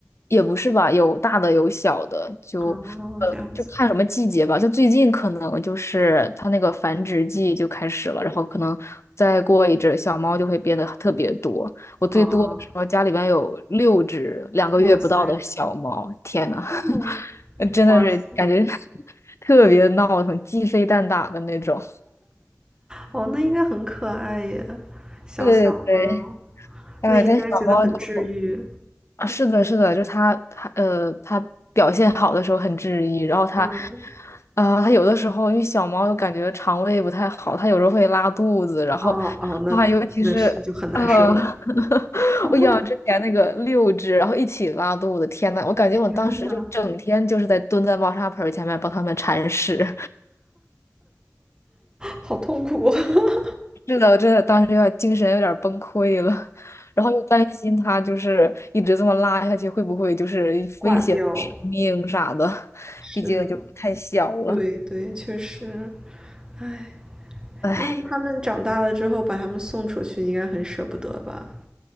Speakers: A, on the left; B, on the right.
A: 也不是吧，有大的有小的，就呃，
B: 哦，这样子，
A: 就看什么季节吧。就最近可能就是它那个繁殖季就开始了，然后可能再过一阵小猫就会变得特别多。我最多的时候家里边有六只两个月不到的小猫，
B: 哦，哇塞，
A: 天呐，
B: 嗯
A: <laughs> 真的是感觉
B: 哇塞，
A: <laughs> 特别闹腾，鸡飞蛋打的那种。
B: 哦，那应该很可爱耶，小小猫，
A: 对对对，哎，
B: 那应该觉得很治愈。
A: 但小猫就啊，是的，是的，就是他，他呃，他表现好的时候很治愈，然后他，
B: 嗯，
A: 啊，他有的时候因为小猫感觉肠胃不太好，它有时候会拉肚子，然后，
B: 哦哦，那那是就很难受了，
A: 啊，尤其是呃，<laughs>
B: <laughs>
A: 我养之前那个六只，然后一起拉肚子，天呐，我感觉我当时就整天就是在蹲在猫砂盆儿前面帮它们铲屎。
B: 天呐，好痛苦。<laughs>
A: 是的，我真的当时有点精神有点崩溃了，然后又担心它就是一直这么拉下去，会不会就是威胁生命啥的？
B: 挂掉。是，
A: 毕竟就太小了。
B: 对对，确实。哎，
A: 唉，
B: 那他们长大了之后把他们送出去，应该很舍不得吧？